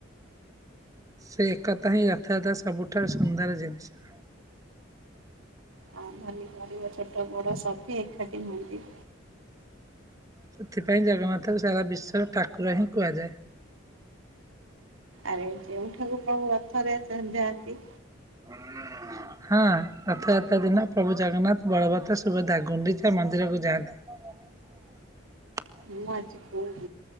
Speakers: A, on the right; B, on the right.
A: ସେ ଏକତା ହିଁ ରଥାୟାତ ସବୁଠାରୁ ସୁନ୍ଦର ଜିନିଷ।
B: ଆଉ ଧନୀ ଗରିବ ଛୋଟ ବଡ଼ ସବୁ ଏକାଠି ହୁଅନ୍ତି।
A: ସେଥିପାଇଁ ଜଗନ୍ନାଥଙ୍କୁ ସାରା ବିଶ୍ଵର ଠାକୁର ହିଁ କୁହାଯାଏ।
B: ଆରେ ଯେଉଁଠାକୁ ପ୍ରଭୁ ରଥରେ ଯାଆନ୍ତି।
A: ହଁ। ହଁ ରଥଯାତ୍ରା ଦିନ ପ୍ରଭୁ ଜଗନ୍ନାଥ ବଳବତ ସୁଭଦା ଗୁଣ୍ଡିଚା ମନ୍ଦିରକୁ ଯାଆନ୍ତି। <unintelligible>
B: ମୁଁ ଆଜି କହ